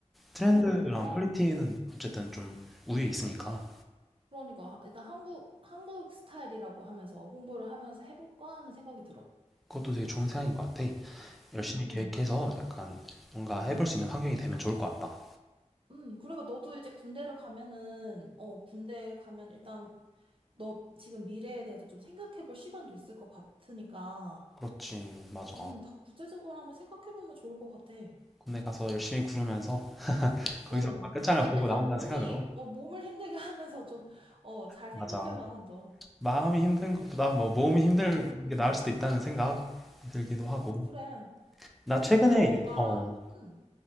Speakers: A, in the centre; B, on the right (about 45°).
A: 트렌드랑
B: 음, 그냥,
A: 퀄리티는 어쨌든 좀 우위에 있으니까
B: 그러니까 일단 한국, 한국 스타일이라고 하면서 홍보를 하면서 해볼까 하는 생각이 들어.
A: 그것도 되게 좋은 생각인 것 같아. 열심히
B: 음,
A: 계획해서
B: 음.
A: 약간 뭔가 해볼 수 있는 환경이 되면 좋을 것 같다.
B: 음, 그러니까 너도 이제 군대를 가면은, 어, 군대 가면 일단 너 지금 미래에 대해서 좀 생각해 볼 시간도 있을 것 같으니까,
A: 그렇지, 맞아.
B: 음, 더 구체적으로 한번 생각해 보면 좋을 것 같아.
A: 군대 가서 열심히 구르면서 거기서
B: 어,
A: 뭔가 끝장을
B: 그러니까
A: 보고
B: 일단
A: 나온다는
B: 몸이,
A: 생각으로.
B: 어, 몸을 힘들게 <laughs> 하면서 좀, 어, 잘
A: 맞아.
B: 생각해 봐, 한번.
A: 마음이 힘든 것보다 뭐 몸이 힘들
B: 음,
A: 게 나을 수도 있다는 생각 들기도 하고.
B: 음, 음, 그래.
A: 나 최근에
B: 그러니까 너가,
A: 유- 어,
B: 음,